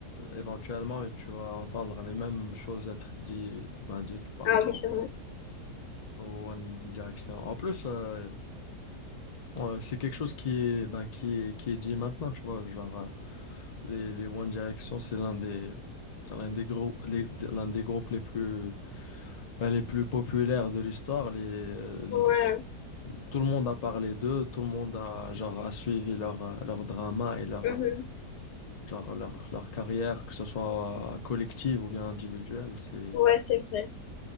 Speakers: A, on the left (about 65°); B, on the left (about 85°).
A: éventuellement, tu vas entendre les mêmes choses être dites, ben, dites par
B: Ah
A: rapport
B: oui, c'est vrai.
A: au One Direction. En plus, euh, on- c'est quelque chose qui est, ben, qui est, qui est dit maintenant, tu vois. Genre, euh, les, les One Direction, c'est l'un des, c'est l'un des gros, les- l'un des groupes les plus, ben, les plus populaires de l'histoire. Les, euh, le-
B: Ouais.
A: tout le monde a parlé d'eux, tout le monde a, genre, a suivi leur, euh, leur drama et leur,
B: Mhm.
A: euh, genre, leur, leur carrière, que ce soit euh, collective ou bien individuelle. C'est
B: Ouais, c'est vrai.